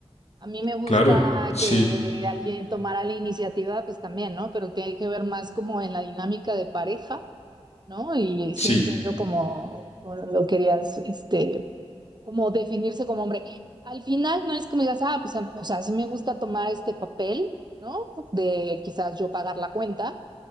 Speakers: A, on the right (about 40°); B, on the left (about 85°).
A: A mí
B: <laughs>
A: me gusta
B: claro, sí,
A: que alguien tomara la iniciativa, pues también, ¿no? Pero tiene que ver más como en la dinámica de pareja, ¿no? Y
B: sí,
A: sí entiendo como, como lo querías, este como definirse como hombre. Al final no es que me digas, ah, pues, a- o sea, sí me gusta tomar este papel, ¿no? De quizás yo pagar la cuenta,